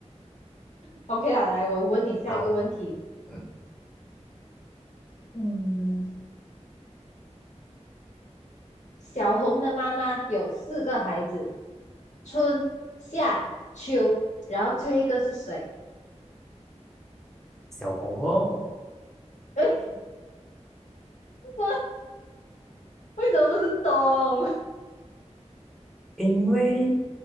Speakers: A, on the left (about 85°); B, in the centre.
A: <laughs> OK 啦，来，我问你下一个问题。
B: 好，嗯
A: 嗯，小红的妈妈有四个孩子，春夏秋，然后最后一个是谁？
B: 小红哦，
A: <laughs> <laughs> 为什么不是冬？
B: 因为